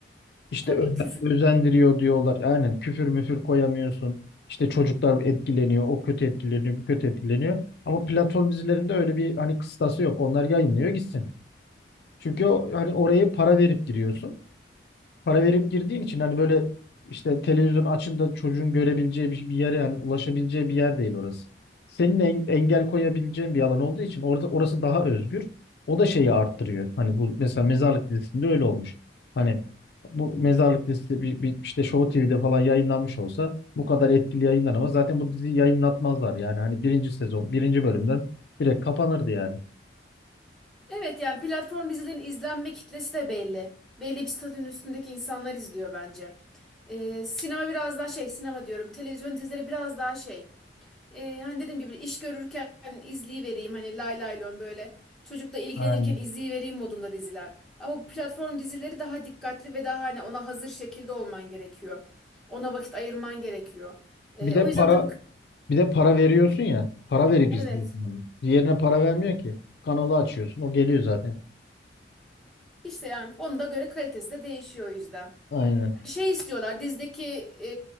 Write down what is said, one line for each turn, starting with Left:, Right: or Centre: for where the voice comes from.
Left: İşte
Centre: Tabii
Left: ö-
Centre: küfür,
Left: özendiriyor diyorlar. Aynen küfür müfür koyamıyorsun. İşte çocuklar etkileniyor, o kötü etkileniyor, bu kötü etkileniyor. Ama platform dizilerinde öyle bir hani kıstası yok. Onlar yayınlıyor gitsin. Çünkü o, hani oraya para verip giriyorsun para verip girdiğin için hani böyle işte televizyon açında çocuğun görebileceği bir, şey, bir yere yani ulaşabileceği bir yer değil orası. Senin en- engel koyabileceğin bir alan olduğu için orada orası daha özgür. O da şeyi arttırıyor. Hani bu mesela mezarlık dizisinde öyle olmuş. Hani bu mezarlık dizisi bir, bir işte Show TV'de falan yayınlanmış olsa bu kadar etkili yayınlanamaz. Zaten bu diziyi yayınlatmazlar yani. Hani birinci sezon, birinci bölümden direkt kapanırdı yani.
Centre: Evet yani platform dizilerin izlenme kitlesi de belli. Belli bir statünün üstündeki insanlar izliyor bence. Ee, sinema biraz daha şey sinema diyorum. Televizyon dizileri biraz daha şey. Ee, hani dediğim gibi iş görürken izleyivereyim. Hani lay lay lon böyle çocukla ilgilenirken
Left: Aynen.
Centre: izleyivereyim modunda diziler. Ama bu platform dizileri daha dikkatli ve daha hani ona hazır şekilde olman gerekiyor. Ona vakit ayırman gerekiyor. Ee,
Left: Bir de
Centre: o yüzden
Left: para
Centre: tabii
Left: Bir de para veriyorsun ya. Para verip
Centre: evet
Left: izliyorsun onu. Diğerine para vermiyor ki. Kanalı açıyorsun. O geliyor zaten.
Centre: işte yani onda göre kalitesi de değişiyor o yüzden.
Left: Aynen.
Centre: Şey istiyorlar dizideki e,